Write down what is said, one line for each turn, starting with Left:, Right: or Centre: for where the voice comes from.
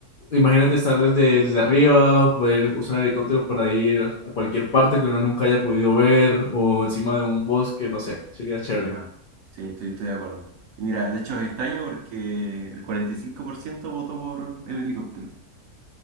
Left: Imagínate estar desde, desde arriba, poder usar el helicóptero para ir a cualquier parte que uno nunca haya podido ver o encima de un bosque, no sé, sería chévere.
Right: Ajá. Sí, estoy, estoy de acuerdo. Y mira, de hecho es extraño porque el 45% votó por el helicóptero.